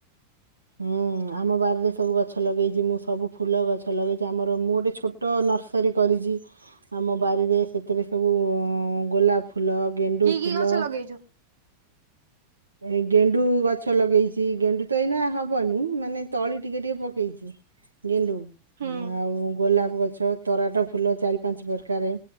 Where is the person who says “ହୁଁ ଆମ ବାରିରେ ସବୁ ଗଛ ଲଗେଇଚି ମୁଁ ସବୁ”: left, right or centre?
Right